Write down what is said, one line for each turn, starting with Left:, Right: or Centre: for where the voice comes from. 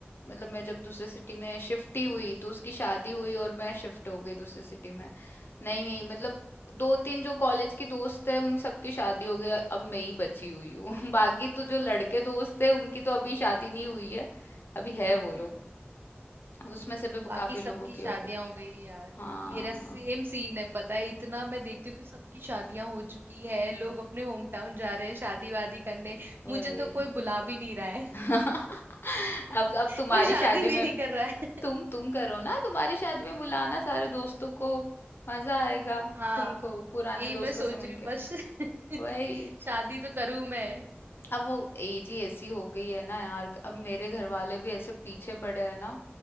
Left: मतलब मैं जब दूसरे सिटी में शिफ्ट ही हुई तो उसकी शादी हुई और मैं शिफ्ट हो गई दूसरे सिटी में नहीं नहीं मतलब
Right: हम्म
Left: दो तीन जो कॉलेज की दोस्त है उन सबकी शादी हो गई अब मैं ही बची हुई हूँ <laughs> बाकी तो जो लड़के दोस्त है उनकी तो अभी शादी नहीं हुई है अभी है वो लोग
Right: हम्म
Left: उसमें से भी
Right: बाकी
Left: काफी
Right: सबकी
Left: लोगों की
Right: शादियां
Left: हो गई
Right: हो गई है यार
Left: हाँ
Right: मेरा सेम सीन है पता है इतना मैं देखती हूँ कि सबकी शादियां हो चुकी है
Left: हाँ,
Right: लोग अपने होम टाउन जा रहे हैं शादी वादी करने
Left: वही
Right: मुझे तो कोई बुला भी नहीं रहा
Left: <laughs> अब अब तुम्हारी
Right: कोई शादी
Left: शादी
Right: भी
Left: में
Right: नहीं कर रहा है
Left: तुम तुम करो ना तुम्हारी शादी में बुलाना सारे दोस्तों को मजा आएगा
Right: हाँ
Left: तुमको पुराने
Right: यही
Left: दोस्तों
Right: मैं सोच
Left: से मिलके
Right: रही हूँ बस <laughs>
Left: वही
Right: शादी तो करूं मैं
Left: अब वो एज ही ऐसी हो गई है ना यार अब मेरे घर वाले भी ऐसे पीछे पड़े हैं ना